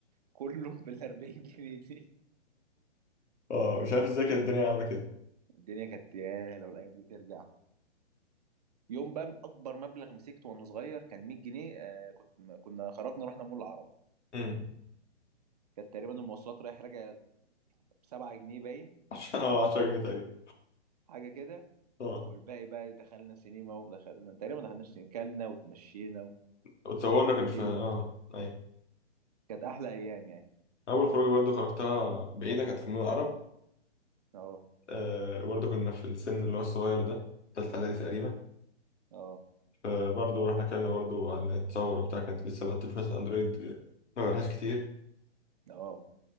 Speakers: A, on the right; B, on the left.
A: كله <laughs> بال 40 جنيه دي
B: اه مش عارف ازاي كانت الدنيا عاملة كده
A: الدنيا كانت يا لو الايام دي ترجع يوم بقى اكبر مبلغ مسكته وانا صغير كان 100 جنيه آه كنت كنا خرجنا رحنا مول العرب
B: امم
A: كانت تقريبا المواصلات رايح راجع ب 7 جنيه باين
B: <laughs> اه 10 جنيه تقريبا
A: حاجه كده
B: اه
A: والباقي بقى دخلنا سينما ودخلنا تقريبا ما دخلناش سينما كلنا وتمشينا
B: اتصورنا
A: وحلينا
B: كان في اه اي
A: كانت احلى ايام يعني
B: اول خروجه برضو خرجتها بعيده كانت في مول العرب
A: اه
B: آه برضو كنا في السن اللي هو الصغير ده تالتة اعدادي تقريبا
A: اه
B: فبرضو رحنا كلنا برضو عن نتصور وبتاع كانت لسه بقى تليفونات اندرويد ما بقالهاش كتير
A: اه